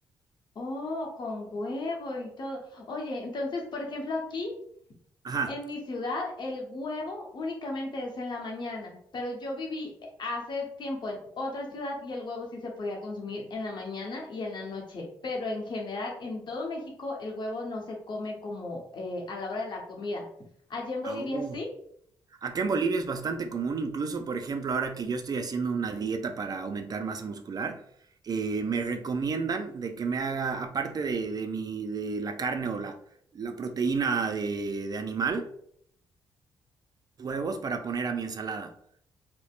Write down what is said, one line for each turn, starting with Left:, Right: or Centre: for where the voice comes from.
Left: Oh, con huevo y todo. Oye, entonces, por ejemplo, aquí
Right: Ajá.
Left: En mi ciudad, el huevo únicamente es en la mañana, pero yo viví hace tiempo en otra ciudad y el huevo sí se podía consumir en la mañana y en la noche, pero en general, en todo México, el huevo no se come como eh, a la hora de la comida. Allá en Bolivia
Right: Oh.
Left: sí.
Right: Acá en Bolivia es bastante común, incluso por ejemplo, ahora que yo estoy haciendo una dieta para aumentar masa muscular, eh, me recomiendan de que me haga, aparte de, de mi, de la carne o la, la proteína de, de animal, huevos para poner a mi ensalada,